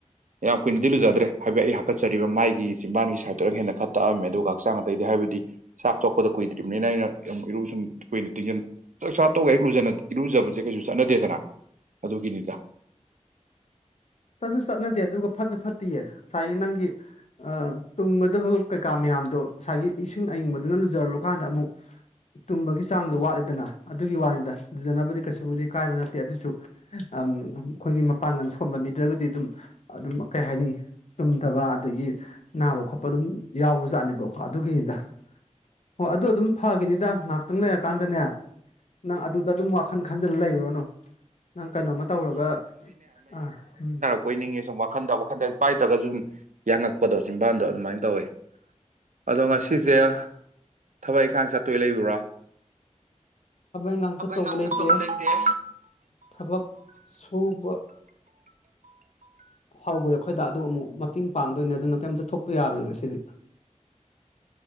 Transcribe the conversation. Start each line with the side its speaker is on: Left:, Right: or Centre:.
Right: ꯌꯥꯝ ꯀꯨꯏꯅꯗꯤ ꯂꯨꯖꯗ꯭ꯔꯦ ꯍꯥꯏ ꯐꯦꯠ ꯑꯩ ꯍꯥꯀꯠꯆꯔꯤꯕ ꯃꯥꯏꯒꯤ ꯆꯖꯤꯝꯕꯥꯟꯒꯤ ꯁꯥꯏꯠꯇꯔꯛ ꯍꯦꯟꯅ ꯈꯔ ꯇꯛꯑꯝꯃꯦ ꯑꯗꯨꯒ ꯍꯛꯆꯥꯡꯗ ꯇꯩꯗꯤ ꯍꯥꯏꯕꯗꯤ ꯆꯥꯛ ꯊꯣꯛꯄꯗ ꯀꯨꯏꯗ꯭ꯔꯤꯕꯅꯤꯅ ꯑꯩꯅ ꯌꯥꯝ ꯏꯔꯨ ꯁꯨꯝ ꯀꯨꯏꯅ ꯇꯤꯡꯖꯟ ꯊꯣꯛ ꯍꯦꯛ‌ ꯂꯨ ꯏꯔꯨꯖꯕꯁꯦ ꯀꯩꯁꯨ ꯆꯠꯅꯗꯦꯗꯅ ꯑꯗꯨꯒꯤꯅꯤꯗ
Left: ꯆꯠꯁꯨ ꯆꯠꯅꯗꯦ ꯑꯗꯨꯒ ꯐꯁꯨ ꯐꯠꯇꯦꯌꯦ ꯉꯁꯥꯏꯒꯤ ꯅꯪꯒꯤ ꯇꯨꯝꯒꯗꯕ ꯀꯩꯀꯥ ꯃꯌꯥꯝꯗꯣ ꯉꯁꯥꯏꯒꯤ ꯏꯁꯤꯡ ꯑꯏꯪꯕꯗꯨꯅ ꯂꯨꯖꯔꯨꯔꯀꯥꯟꯗ ꯑꯃꯨꯛ ꯇꯨꯝꯕꯒꯤ ꯆꯥꯡꯗ ꯋꯥꯠꯂꯤꯗꯅ ꯑꯗꯨꯒꯤ ꯋꯥꯅꯤꯗ ꯂꯨꯖꯅꯕꯗꯤ ꯀꯩꯁꯨꯕꯨꯗꯤ ꯀꯥꯏꯕ ꯅꯠꯇꯦ ꯑꯗꯨꯁꯨ ꯑꯝ ꯑꯩꯈꯣꯏꯒꯤ ꯃꯄꯥꯡꯒꯜ ꯁꯣꯟꯕ ꯃꯤꯗꯒꯗꯤ ꯑꯗꯨꯝ ꯑꯗꯨꯝ ꯀꯩ ꯍꯥꯏꯅꯤ ꯇꯨꯝꯗꯕ ꯑꯗꯒꯤ ꯅꯥꯕ ꯈꯣꯠꯄ ꯑꯗꯨꯝ ꯌꯥꯎꯕ ꯖꯥꯠꯅꯦꯕꯀꯣ ꯑꯗꯨꯒꯤꯅꯤꯗ ꯑꯣ ꯑꯗꯨ ꯑꯗꯨꯝ ꯐꯒꯤꯅꯤꯗ ꯉꯥꯏꯍꯥꯛꯇꯪ ꯂꯩꯔꯀꯥꯟꯗꯅꯦ ꯅꯪ ꯑꯗꯨꯗ ꯑꯗꯨꯝ ꯋꯥꯈꯜ ꯈꯟꯖꯜꯂ ꯂꯩꯔꯨꯔꯅꯨ ꯅꯪ ꯀꯩꯅꯣꯃ ꯇꯧꯔꯒ ꯑꯥ ꯎꯝ
Right: ꯄꯣꯏꯅꯤꯡꯉꯦ ꯁꯨꯝ ꯋꯥꯈꯟꯗ ꯋꯥꯈꯟꯗ ꯄꯥꯏꯗ꯭ꯔꯒꯁꯨ ꯌꯥꯡꯉꯛꯄꯗꯣ ꯆꯤꯝꯕꯥꯟꯗ ꯑꯗꯨꯃꯥꯏꯅ ꯇꯧꯋꯦ ꯑꯗꯣ ꯉꯁꯤꯁꯦ ꯊꯕꯛ ꯏꯪꯈꯥꯡ ꯆꯠꯇꯣꯏ ꯂꯩꯕ꯭ꯔ‌ꯣ
Left: ꯏꯪꯈꯥꯡ
Right: ꯊꯕꯛ
Left: ꯆꯠꯇꯧꯕ
Right: ꯏꯟꯈꯥꯡ
Left: ꯂꯩꯇꯦ
Right: ꯆꯠ ꯇꯧꯕ ꯂꯩꯇ‌ꯦ
Left: ꯊꯕꯛ ꯁꯨꯕ ꯍꯧꯈ꯭ꯔꯦ ꯑꯩꯈꯣꯏꯗ ꯗꯥꯗꯨ ꯑꯃꯨꯛ ꯃꯇꯦꯡ ꯄꯥꯡꯗꯣꯏꯅꯦ ꯑꯗꯨꯅ ꯀꯩꯝ ꯆꯠꯊꯣꯛꯄ ꯌꯥꯔꯣꯏ ꯉꯁꯤꯗꯤ